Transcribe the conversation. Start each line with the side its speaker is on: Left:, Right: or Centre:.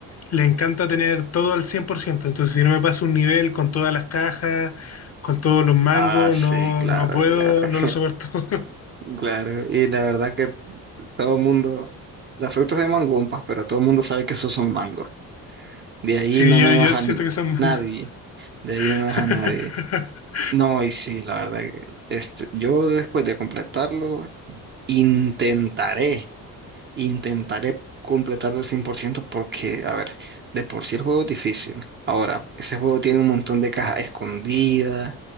Left: le encanta tener todo al 100%. entonces si no me paso un nivel con todas las cajas, con todos los mangos,
Right: Ah, sí,
Left: no,
Right: claro,
Left: no puedo,
Right: claro. <laughs>
Left: no lo soporto. <laughs>
Right: Claro, y la verdad que todo el mundo, las frutas se llaman gumpas, pero todo el mundo sabe que esos son mangos. De ahí
Left: Sí,
Right: no
Left: yo,
Right: me
Left: yo
Right: baja
Left: siento
Right: n-
Left: que son mangos.
Right: nadie. De ahí no
Left: <laughs>
Right: me baja nadie. No, y sí, la verdad, que, este, yo después de completarlo, intentaré, intentaré completarlo al 100%, porque, a ver, de por sí el juego es difícil. Ahora, ese juego tiene un montón de cajas escondidas